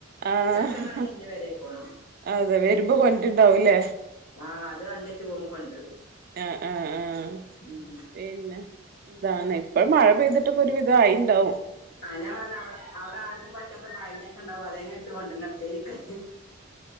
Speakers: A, on the right; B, on the left.
A: ആഹ്
B: ചക്കന്നണെങ്കി ഇന്റെ പെരേക്കോണം
A: അതെ വരുമ്പോ കൊണ്ട്ര്ണ്ടാവൂലെ.
B: ആഹ് അത് വന്നിട്ട് പോവുമ്പൊ കൊണ്ടരും.
A: ആഹ്, ആഹ്, ആഹ്.
B: ഉം
A: പിന്നെ താണ് ഇപ്പ മഴ പെയ്തിട്ടക്കൊരു വിധായിണ്ടാവും.
B: അയെന്നേ ഞാൻ പർഞ്ഞ അവടെ അവടാ. പറ്റാത്ത പഴഞ്ചക്കണ്ടാവും അതെങ്ങിലും ഇട്ട് കൊണ്ടര്നപ്പേരിക്ക്.